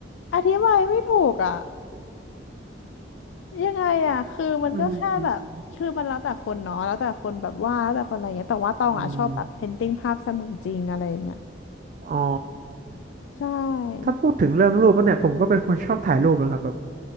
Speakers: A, on the left; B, on the right.
A: อธิบายไม่ถูกอ่ะยังไงอ่ะคือมันก็แค่แบบคือมันแล้วแต่คนเนาะแล้วแต่คนแบบวาดแล้วแต่คนอะไรเงี้ยแต่ว่าตองอ่ะชอบแบบเพนติ้งภาพเสมือนจริงอะไรอย่างเงี้ย
B: อืมอืมอ๋อ
A: ใช่
B: ถ้าพูดถึงเรื่องรูปแล้วเนี่ยผมก็เป็นคนชอบถ่ายรูปนะครับแบบ